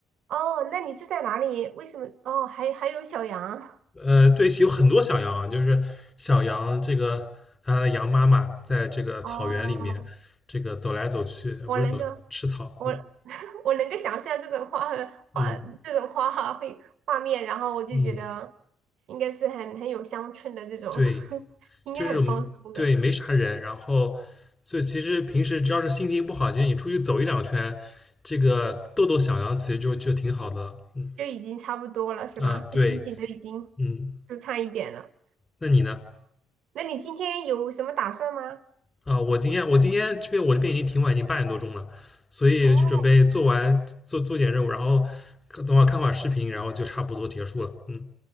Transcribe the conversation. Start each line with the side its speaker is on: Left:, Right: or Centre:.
Right: 哦，那你住在哪里？为什么？哦，还还有小杨
Left: 呃，对，有很多小羊啊，就是小羊这个它的羊妈妈在这个草原里面这个走来走去，
Right: 哦，
Left: 呃，
Right: 我能够，
Left: 不是走来吃草，
Right: 我
Left: 嗯
Right: <laughs> 我能够想象这种画画这种画画会画面，
Left: 嗯
Right: 然后我就觉得
Left: 嗯，
Right: 应该是很很有乡村的这种，
Left: 对。
Right: <laughs> 应该很放松的，
Left: 就是我们对没啥人，然后所以其实平时只要是心情不好，其实你出去走一两圈，这个逗逗小羊其实就就挺好的了。嗯
Right: 就已经差不多了，是吧？
Left: 啊，对，
Right: 就心情都已经
Left: 嗯，
Right: 舒畅一点了。
Left: 那你呢？
Right: 那你今天有什么打算吗？
Left: 啊，我今天我今天这边我这边已经挺晚，已经八点多钟了，所以就准备做完做做点任务，
Right: 哦
Left: 然后看等会儿看会儿视频，然后就差不多结束了。嗯，